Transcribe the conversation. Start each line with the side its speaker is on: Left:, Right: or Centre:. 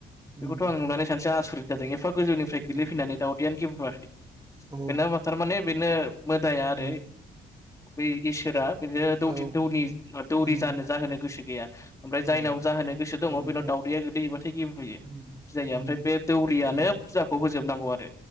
Right: उम
Left: बेखौथ' आं नुनानै सानसे आसरिद जादों एफा गोजौनिफ्राय गोल्लै
Right: उम
Left: फैनानै दावदैयानो गेब्रुआखै
Right: औ
Left: बेनो थारमाने बेनो मोदाया आरो
Right: उम
Left: बै इसोरा बिदिनो द
Right: औ
Left: दौ दौरि
Right: उम
Left: जानो जाहोनो गोसो गैया ओमफ्राय
Right: औ
Left: जायनाव जाहोनो गोसो दङ
Right: औ नोंथां
Left: बेनाव दा दैया गोदैबाथाय गेब्रयो
Right: उम
Left: जायो ओमफ्राय
Right: उम
Left: बे दौरियानो
Right: उम
Left: फुजाखौ होजोबनांगौ आरो